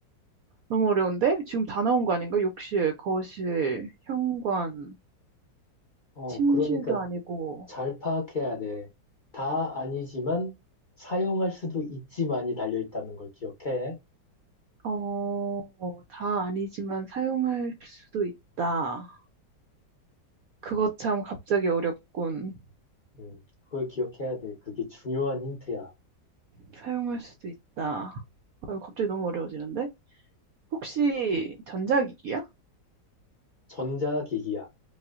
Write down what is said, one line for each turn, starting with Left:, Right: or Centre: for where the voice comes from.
Right: 너무 어려운데? 지금 다 나온 거 아닌가? 욕실, 거실, 현관,
Left: 어,
Right: 침실도
Left: 그러니까
Right: 아니고
Left: 잘 파악해야 돼. 다 아니지만 사용할 수도 있지만이 달려 있다는 걸 기억해.
Right: 어, 다 아니지만 사용할 수도 있다. 그거 참 갑자기 어렵군.
Left: 음, 그걸 기억해야 돼. 그게 중요한 힌트야.
Right: 사용할 수도 있다. 어, 이거 갑자기 너무 어려워지는데? 혹시 전자기기야?
Left: 전자기기야.